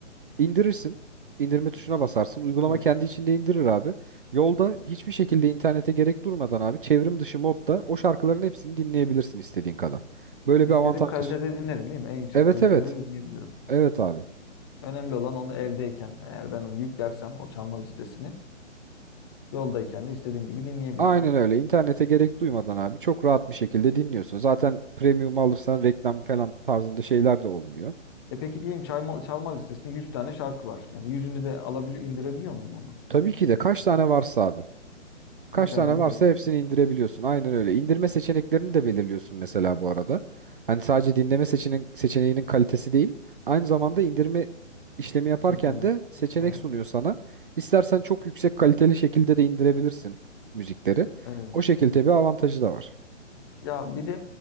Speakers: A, on the right; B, on the left.
A: İndirirsin. İndirme tuşuna basarsın. Uygulama
B: Evet.
A: kendi içinde indirir abi. Yolda hiçbir şekilde internete gerek durmadan abi çevrim dışı modda o şarkıların hepsini dinleyebilirsin istediğin kadar. Böyle
B: İstediğim
A: bir avantaj
B: kalitede
A: da sun-
B: dinlerim değil mi? En yüksek
A: Evet
B: kalitede
A: evet.
B: de dinleyebilirim.
A: Evet abi.
B: Önemli olan onu evdeyken eğer ben onu yüklersem o çalma listesini yoldayken de istediğim gibi dinleyebileceğim.
A: Aynen öyle. İnternete gerek duymadan abi çok rahat bir şekilde dinliyorsun. Zaten premium alırsan reklam falan tarzında şeyler de olmuyor.
B: E peki diyeyim çalma, çalma listesinde 100 tane şarkı var. Yani yüzünü de alabiliyor, indirebiliyor muyum onu?
A: Tabii ki de kaç tane varsa abi. Kaç
B: Hiç önemli
A: tane varsa
B: değil yani.
A: hepsini indirebiliyorsun. Aynen öyle. İndirme seçeneklerini de belirliyorsun mesela bu arada. Hani sadece dinleme seçeneğinin, seçeneğinin kalitesi değil. Aynı zamanda indirme işlemi yaparken
B: Seçenek.
A: de seçenek
B: Evet.
A: sunuyor sana. İstersen çok yüksek kaliteli şekilde de indirebilirsin müzikleri.
B: Evet.
A: O şekilde bir avantajı da var.
B: Ya bir de